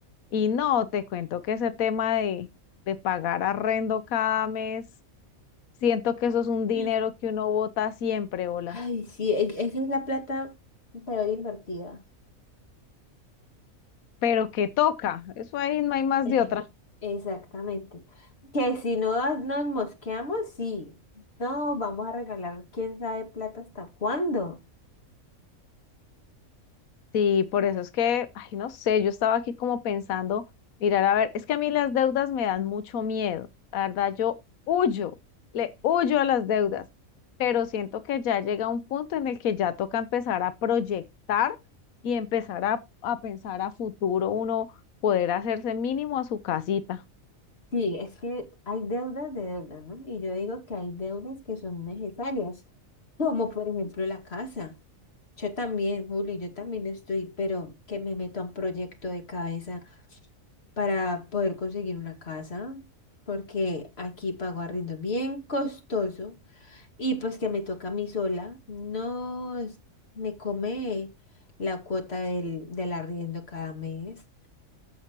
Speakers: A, on the left; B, on the left.
A: y no, te cuento que ese tema de, de pagar arrendo cada mes, siento que eso es un dinero
B: Mm.
A: que uno bota siempre, hola,
B: Ay, sí, e- esa es la plata peor invertida. <laughs>
A: pero que toca, eso ahí no hay más
B: Eh,
A: de otra.
B: Exactamente. Que si no nos mosqueamos, sí. No, vamos a regalar, quién sabe plata hasta cuándo.
A: Sí, por eso es que, ay, no sé, yo estaba aquí como pensando, mirar, a ver, es que a mí las deudas me dan mucho miedo, la verdad, yo huyo, le huyo a las deudas, pero siento que ya llega un punto en el que ya toca empezar a proyectar y empezar a, a pensar a futuro, uno poder hacerse mínimo a su casita.
B: Sí, es que hay deudas de deudas, ¿no? Y yo digo que hay deudas que son necesarias, como por ejemplo la casa. Yo también, Julio, yo también estoy, pero que me meto a un proyecto de cabeza para poder conseguir una casa, porque aquí pago arriendo bien costoso y pues que me toca a mí sola, no es- me come la cuota del, del arriendo cada mes.